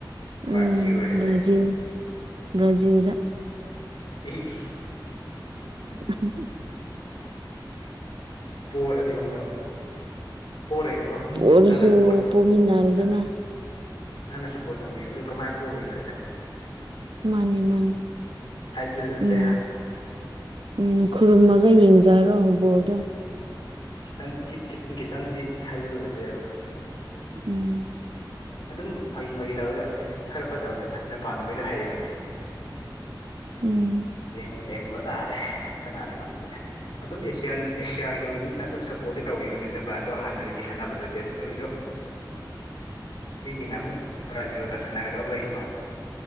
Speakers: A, on the left (about 80°); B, on the right (about 85°).
A: ꯄꯥꯔꯇꯤ
B: ꯎꯝ
A: ꯑꯣꯏꯁꯦ
B: ꯕ꯭ꯔꯥꯖꯤꯜ ꯕ꯭ꯔꯥꯖꯤꯜꯗ
A: ꯏ
B: <unintelligible>
A: ꯄꯔꯗꯤ ꯀꯝꯗꯎꯕ ꯄꯔꯣꯏꯗꯤꯀꯣ
B: ꯄꯣꯔꯁꯨ
A: ꯅꯪꯅꯁꯨ ꯄꯣꯔꯠꯇ
B: ꯄꯣꯃꯤꯟꯅꯔꯦꯗꯅ
A: ꯑ ꯅꯪꯅ ꯁꯞꯄꯣꯔꯠ ꯇꯧꯕꯤꯕꯗꯨ ꯀꯃꯥꯏꯅ ꯄꯣꯛꯎꯗꯣꯏꯅꯣ ꯍꯥꯏꯗ
B: ꯃꯥꯅꯤ ꯃꯥꯅꯤ
A: ꯍꯥꯏꯖꯤꯜꯂꯁꯦ
B: ꯎꯝ
A: ꯍꯥ
B: ꯎꯝ ꯈꯨꯔꯨꯝꯃꯒ
A: ꯈꯤ-
B: ꯌꯦꯡꯖꯔꯣ ꯕꯣꯗꯣ
A: ꯈꯤꯇꯪ ꯈꯤꯇꯪ ꯈꯤꯇꯪꯗꯤ ꯍꯥꯏꯖꯤꯜꯂꯁꯦꯕ
B: ꯎꯝ
A: ꯑꯗꯨꯝ ꯐꯥꯒꯤ ꯐꯥꯒꯤ ꯇꯧꯔꯒ ꯍꯦꯛ ꯈꯔ ꯐꯖꯕꯅꯦꯗ ꯖꯄꯥꯟꯈꯣꯏꯁꯨ ꯍꯩꯕꯅꯦ
B: ꯎꯝ
A: ꯦꯡ ꯦꯡ ꯇꯥꯔꯦ ꯀꯅꯥꯅ ꯉꯝꯒꯦ ꯑꯗꯨꯝ ꯑꯦꯁꯤꯌꯥ ꯑꯦꯁꯤꯌꯥꯒꯤ ꯑꯣꯏꯕꯅꯤꯅ ꯑꯗꯨꯝ ꯁꯞꯄꯣꯔꯠꯇꯤ ꯇꯧꯕꯤꯈꯤꯕꯅꯦ ꯎꯄꯥꯏꯟꯗꯣ ꯍꯥꯟꯅꯒꯤ ꯁꯟꯅꯅꯕꯗꯗꯤ ꯑꯗꯨ ꯑꯣꯏꯁꯨ ꯒꯤꯅ ꯑꯃꯨꯛ ꯕ꯭ꯔꯥꯖꯤꯜꯒ ꯁꯥꯟꯅꯒꯗꯧꯕꯩꯀꯣ